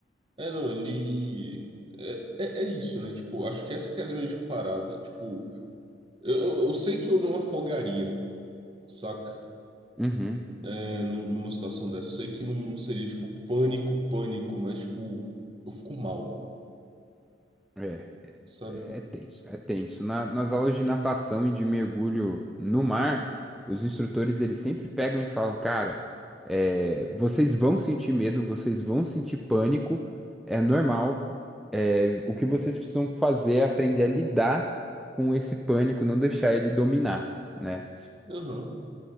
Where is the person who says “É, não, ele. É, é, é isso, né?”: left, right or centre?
Right